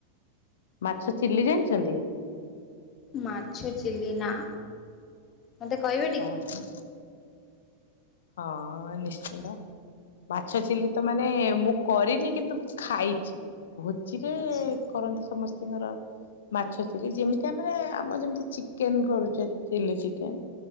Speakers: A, on the left; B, on the left.
A: ମାଛ ଚିଲି ଜାଣିଚନ୍ତି?
B: ମାଛ ଚିଲି ନା। ମତେ କଇବେ
A: ଓହୋ। ହଁ ନିଶ୍ଚିନ୍ତ। ମାଛ ଚିଲି ତ ମାନେ ମୁଁ କରିନି କିନ୍ତୁ ଖାଇଚି। ଭୋଜିରେ
B: ଆଚ୍ଛା
A: କରନ୍ତି ସମସ୍ତିଙ୍କର। ମାଛ ଚିଲି ଯେମିତି ଆମେରେ ଆମର ଯେମିତି ଚିକେନ କରୁଚେ ଚିଲ ଚିକେନ